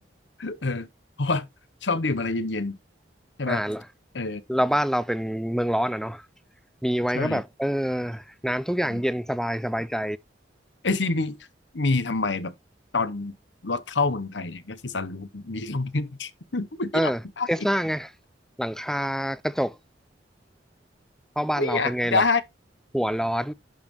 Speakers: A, on the left; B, in the centre.
A: เออเพราะว่าชอบดื่มอะไรเย็นๆใช่ไหม
B: อ่า
A: เออ
B: เราบ้านเราเป็นเมืองร้อนอ่ะเนาะมีไว้ก็แบบเออ
A: ใช่
B: น้ำทุกอย่างเย็นสบายสบายใจ
A: อืมไอที่มีมีทำไมแบบตอนรถเข้าเมืองไทยเนี่ยก็คือซันรูฟมีทำไม <laughs> ไม่อยากได้
B: เออเทสลาไงหลังคากระจกเข้าบ้านเราเป็นไงล่ะ
A: ไม่อยากได้
B: หัวร้อน